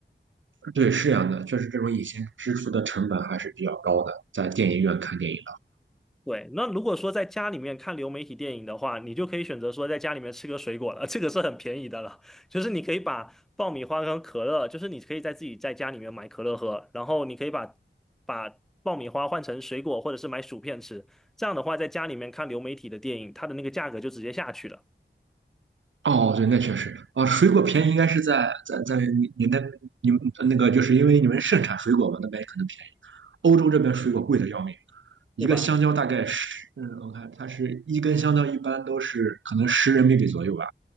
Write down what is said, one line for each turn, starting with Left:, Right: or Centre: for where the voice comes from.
Right: 对，是这样的，确实这种隐形支出的成本还是比较高的，在电影院看电影
Centre: 对，那如果说在家里面看流媒体电影的话，你就可以选择说在家里面吃个水果了，<laughs> 这个是很便宜的了。就是你可以把爆米花跟可乐，就是你可以在自己在家里面买可乐喝，然后你可以把把爆米花换成水果或者是买薯片吃。这样的话，在家里面看流媒体的电影，它的那个价格就直接下去了，
Right: 的话哦，对，那确实啊，水果便宜应该是在在在你你那你们那个，就是因为你们盛产水果嘛，那边可能便宜。欧洲这边水果贵的要命，一个香蕉大概十，
Centre: 是吧？
Right: 嗯，我看它是一根香蕉一般都是可能十人民币左右吧。